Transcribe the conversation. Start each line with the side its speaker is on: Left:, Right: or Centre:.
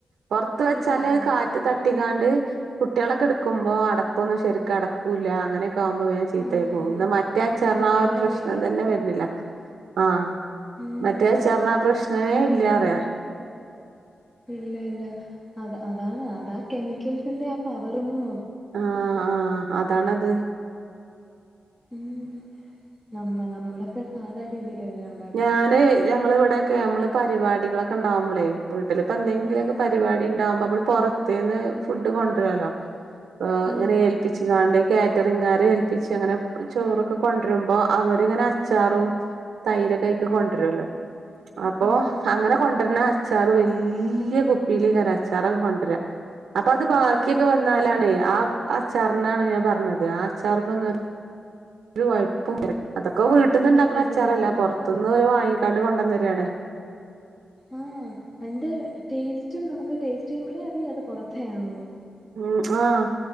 Right: പൊറത്ത് വെച്ചാല്
Left: ചീത്തയായി പോവും
Right: അഹ് കാ റ്റ് തട്ടിക്കാണ്ട് കുട്ടികളക്ക എടുക്കുമ്പോ അടപ്പൊന്നും ശരിക്കും അടക്കൂല്ല അങ്ങനെ ക്കാവുമ്പോ വേം ചീത്ത
Left: ആഹ്
Right: ആയി പോകും എന്നാ മറ്റേ അച്ചാറിന്
Left: പിന്നെ
Right: ആ
Left: വെള്ളം
Right: ഒര് പ്രശ്നം
Left: വീഴും
Right: തന്നെ വരുന്നില്ല ആഹ്
Left: ഉം
Right: മറ്റേ അച്ചാറിന് അപ്രശ്നേ
Left: ആണാണ്
Right: ഇല്ല പറയ
Left: ഇല്ല ഇല്ല അത് അതാണ് അതാ കെമിക്കൽസിന്റെ ആ പവറൊന്നും
Right: ആഹ് ആഹ് അതാണത്
Left: ഉം നമ്മ നമ്മളൊക്ക സാധാ രീതിയിലല്ലേ <unintelligible>
Right: ഞാന് ഞങ്ങള് ഇവിടെക്കെ നമ്മള് പരിപാടികളൊക്ക ഇണ്ടാവുമ്പൾ വി ട്ടില് ഇപ്പ എന്തെങ്കിലുംക്ക
Left: ആഹ്
Right: പരിപാടി ഇണ്ടാവുമ്പോ നമ്മള് പൊറത്ത്ന്ന് ഫുഡ് കൊണ്ട്രോല്ലോ ഏഹ് ഇങ്ങനെ
Left: ആഹ്
Right: ഏൽപ്പിച്ച് കാണ്ടെ കാറ്ററിങ്ങാരെ ഏൽപ്പിച്ച് അങ്ങനെ ചോറൊക്ക കൊണ്ടുവരുമ്പോ അവരിങ്ങനെ അച്ചാറും തൈരക്കെ അയിക്ക് കൊണ്ടുവരുല്ലോ അപ്പോ
Left: ആഹ്
Right: അങ്ങന കൊണ്ട് വരണ അ അച്ചാറ് വല്ല്യയ കുപ്പിയിലേകാരം അച്ചാറൊക്ക കൊണ്ടര അപ്പ അത് ബാക്കിയൊക്ക
Left: ആഹ്
Right: വന്നാലാണേ ആ അച്ചാറിനാണ് ഞാൻ പറഞ്ഞത് ആ അച്ചാറിനൊന്നും ഓ ഒരു കൊയ്പും <unintelligible> അതൊക്ക വീട്ടിന്ന്
Left: പറ്റത്തില്ല
Right: ഇണ്ടാക്കണ അച്ചാറല്ല
Left: അതെ
Right: പൊറത്തുന്ന് ഓല് വാങ്ങിക്കാണ്ട് കൊണ്ടന്ന് രാണ്
Left: ആ അതിന്റ ടേസ്റ്റും നമ്മക്ക് ടേസ്റ്റ് ചെയ്യുമ്പോഴേ അറിയാ അത് പൊറത്തേ ആന്നെന്ന്
Right: ഉം ആഹ്